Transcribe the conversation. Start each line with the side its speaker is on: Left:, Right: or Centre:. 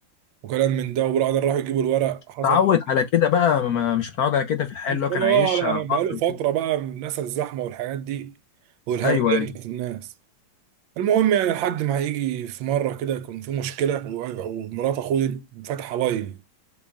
Right: وكلام من ده وبعد راحوا يجيبوا الورق حصل
Left: تعود
Right: <laughs>
Left: على كده بقى ما مش متعود على كده في الحياة
Right: انا
Left: اللي
Right: مش
Left: هو
Right: فاهم
Left: كان
Right: بقى
Left: عايشها
Right: يعني
Left: على البحر
Right: بقاله
Left: وكده
Right: فتره بقى الناس الزحمه والحاجات دي والهمجيه
Left: ايوه ايوه
Right: بتاعت الناس المهم يعني لحد ما هيجي في مره كده يكون في مشكله و- ومرات اخوه فاتحه لايف